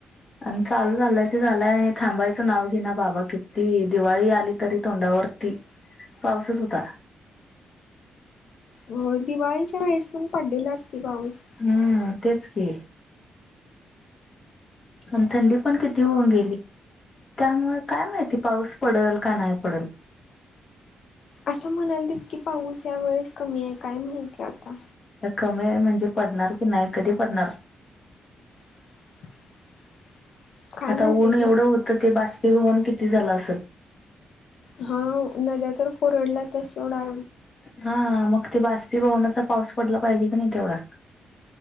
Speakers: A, on the left; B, on the left.
A: आणि चालू झालंय ते झालंय थांबायचं नाव घिना बाबा किती दिवाळी आली तरी तोंडावरती
B: <inaudible>
A: पाऊसच होता.
B: हो दिवाळीच्या वेळेस पण पडलेला की पाऊस.
A: हम्म तेच कि. आणि थंडी पण किती होऊन गेली. त्यामुळे काय माहिती पाऊस पडल का नाही पडल.
B: असं म्हणाल तितकी पाऊस या वेळेस कमी हाय काय माहितीय आता.
A: कमी म्हणजे पडणार की नाही. कधी पडणार?
B: <inaudible>
A: आता
B: माहिती
A: ऊन एवढं
B: जे
A: होतं. ते बाष्पी भवन किती झालं असेल
B: हा. नद्या तर कोरडल्या तच सोडा.
A: हा. मग ते बाष्पीभवनाचा पाऊस पडला पाहिजे की नाही तेवढा.